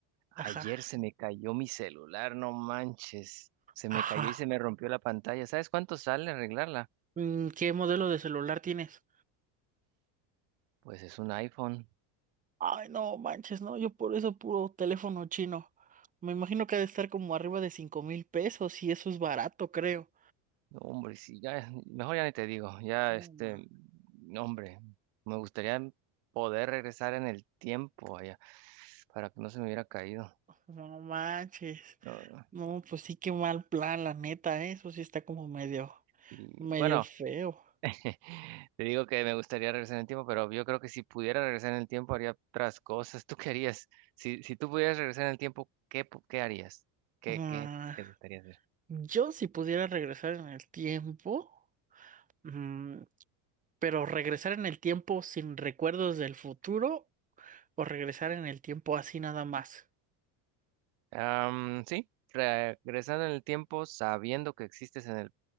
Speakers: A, on the right; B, on the right.
A: Ajá.
B: ayer se me cayó mi celular, no manches, se
A: Ajá.
B: me cayó y se me rompió la pantalla. ¿Sabes cuánto sale arreglarla?
A: Mm, ¿Qué modelo de celular tienes?
B: Pues es un iPhone.
A: Ay, no manches, no, yo por eso puro teléfono chino. Me imagino que ha de estar como arriba de cinco mil pesos y eso es barato, creo.
B: No, hombre, sí, ya, mejor ya ni te digo, ya,
A: No,
B: este,
A: ma-
B: no, hombre, me gustaría poder regresar en el tiempo allá para que no se me hubiera caído.
A: no manches.
B: No,
A: No, pues sí, qué mal plan, la neta, ¿eh? Eso sí está como medio,
B: sí.
A: medio
B: Bueno,
A: feo.
B: <laughs> te digo que me gustaría regresar en el tiempo, pero yo creo que si pudiera regresar en el tiempo haría otras cosas. <laughs> ¿Tú qué harías? Si, si tú pudieras regresar en el tiempo, ¿qué, pu- qué harías? ¿Qué,
A: Ah,
B: qué te gustaría hacer?
A: Yo si pudiera regresar en el tiempo, mm, pero regresar en el tiempo sin recuerdos del futuro o regresar en el tiempo así nada más.
B: Am, sí, regresando en el tiempo sabiendo que existes en el